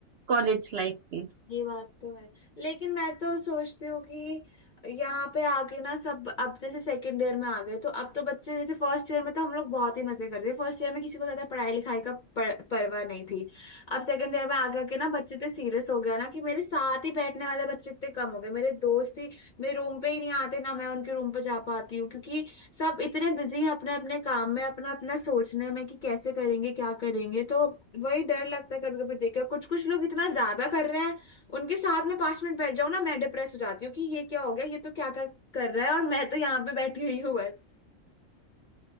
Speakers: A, on the right; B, on the left.
A: कॉलेज लाइफ के
B: ये बात तो है लेकिन मैं तो सोचती हूँ कि यहाँ पे आके ना सब अब जैसे सेकंड ईयर में आ गए तो अब तो बच्चे जैसे फर्स्ट ईयर में तो हम लोग बहुत ही मजे करते थे फर्स्ट ईयर में किसी को ज्यादा पढ़ाई लिखाई का पर, परवाह नहीं थी अब सेकंड ईयर में आगे आके ना बच्चे इतने सीरियस हो गया ना कि मेरे साथ ही बैठने वाले बच्चे इतने कम हो गए मेरे दोस्त ही मेरे रूम पे ही नहीं आते ना मैं उनके रूम पे जा पाती हूँ क्योंकि सब इतने बिजी हैं अपने अपने काम में अपना अपना सोचने में कि कैसे करेंगे क्या करेंगे तो वही डर लगता है कभी कभी देखकर कुछ कुछ लोग इतना ज्यादा कर रहे हैं उनके साथ में पांच मिनट बैठ जाऊं ना मैं डिप्रेस हो जाती हूँ कि ये क्या हो गया ये तो क्या क्या कर रहा है और मैं तो यहाँ पे बैठी हुई हूँ बस